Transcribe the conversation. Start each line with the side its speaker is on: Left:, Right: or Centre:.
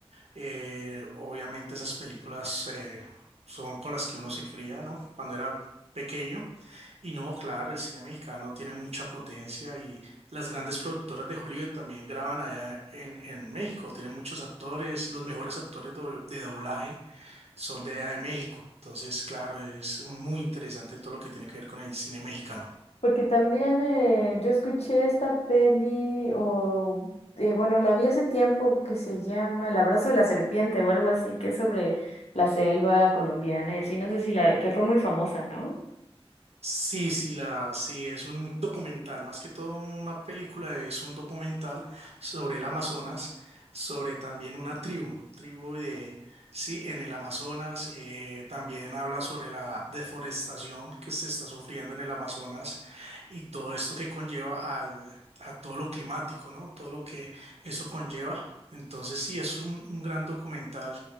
Right: Eh, obviamente esas películas eh, son con las que uno se cría, ¿no? Cuando era pequeño. Y no, claro, el cine mexicano tiene mucha potencia y las grandes productoras de Hollywood también graban allá en, en México. Tienen muchos actores, los mejores actores do- de doblaje son de allá de México. Entonces, claro, es muy interesante todo lo que tiene que ver con el cine mexicano.
Left: Porque también eh, yo escuché esta peli, o eh, bueno, la vi hace tiempo que se llama El abrazo de la serpiente o algo así, que es sobre la selva colombiana y así, no sé si la, que fue muy famosa, ¿no?
Right: Sí, sí, la, sí, es un documental, más que todo una película, es un documental sobre el Amazonas, sobre también una tribu, tribu de, sí, en el Amazonas, eh, también habla sobre la deforestación que se está sufriendo en el Amazonas y todo esto que conlleva al, a todo lo climático, ¿no? Todo lo que eso conlleva. Entonces, sí, es un, un gran documental.